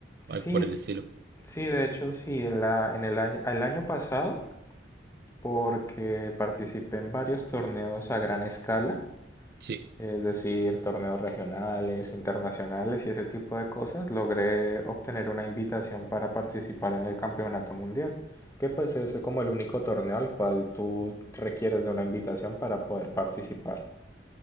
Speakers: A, on the left (about 15°); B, on the right (about 55°).
A: Sí,
B: algo por el estilo.
A: sí, de hecho, sí, en la, en el año, el año pasado, porque participé en varios torneos a gran escala.
B: Sí,
A: es decir, torneos regionales, internacionales y ese tipo de cosas, logré obtener una invitación para participar en el Campeonato Mundial, que pues es como el único torneo al cual tú requieres de una invitación para poder participar.